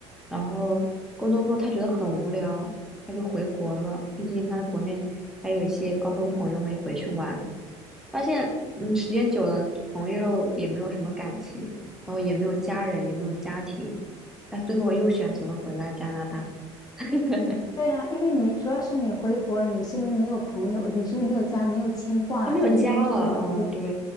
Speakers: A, in the centre; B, on the left (about 25°).
A: 然后工作后他觉得很无聊，他就回国了。毕竟他在国内还有一些高中朋友嘛，就回去玩，发现嗯，时间久了，朋友也没有什么感情，然后也没有家人，也没有家庭，他最后又选择了回来加拿大。<laughs>
B: 对呀，因为你主要是你回国了，你身边没有朋友，你身边没有家人，没有牵挂了，
A: 他没有家了，
B: 在那边就像一个浮萍。
A: 嗯，对，